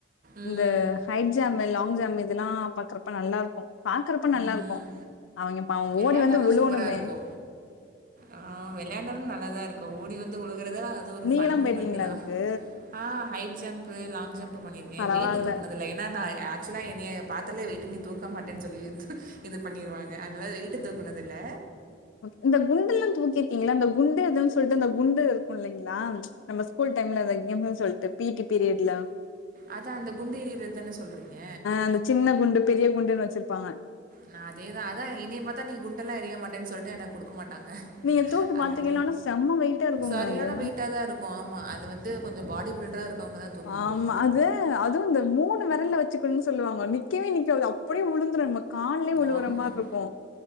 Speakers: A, on the right; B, on the left.
A: ம்
B: இந்த கைட் ஜம் லாங் ஜம் இதல்லா பாக்றப்ப நல்லா இருக்கும் பாக்கறப்ப நல்லா
A: ம்
B: இருக்கும் அவங்க பாவம்
A: வெளையாண்டாலு
B: ஓடி வந்து விழுவனுமே
A: சூப்பரா இருக்கு ஆ வெளயாண்டாலு நல்லாதா இருக்கும் ஓடி வந்து உழுகுறத அது ஒரு
B: நீங்கல்லா
A: ஃபன் மூமெண்ட்
B: போயிருக்கீங்களா
A: தா
B: அதுக்கு
A: ஆ ஹைட் ஜம்ப் லாங் ஜம்ப் பண்ணிருக்கே
B: பரவால்ல
A: வெயி்ட் தூக்குனது இல்லா என்னா நா ஆக்சுவலா என்னைய பாத்தலே வெயிட் நீ தூக்க தூக்க மாட்டே சொல்லி இது பண்ணிருவாங்க அதனால வேயிட் தூக்குனது இல்ல
B: ஓகே இந்த குண்டுல்லா தூக்கிற்கீங்ளே இந்த குண்டு எதுன் சொல்ட்டு இந்த குண்டு இருக்கு இல்லைங்ளா நம்ம ஸ்கூல் டைம்ல அது கெமெனு சொல்ட்டு பி டி பீரியட்ல
A: அதா அந்த குண்டு ஏறிறத்தான சொல்றீங்க
B: அந்த சின்ன குண்டு பெரிய குண்டுனு வெச்சிருப்பாங்க
A: நா அதேதா அதா என்னிய பாத்தா நீ குண்டெல்லா எரிய மாட்டேன் சொல்ட்டு எனக் குடுக்கமாட்டாங்க
B: நீங்க தூக்கி
A: அதுனால
B: பாத்தீங்கன்னா ஆனா செம்ம வெயிட்டா இருக்குங்க
A: சரியான
B: அது
A: வெயிட்டா தா இருக்கோ ஆமா அது வந்து கொஞ்சோ பாடி பில் டர் இருக்கவுங்க தா தூக்க முடியு
B: ஆமா அது அதுவு இந்த மூணு வெரல்ல வெச்சுக்குனு சொல்லுவாங்க நிக்கவே நிக்காது அப்டியே உழுந்துடு நமக் கால்லியே விழுவுரா
A: ஆமாம்
B: மார்ருக்கோ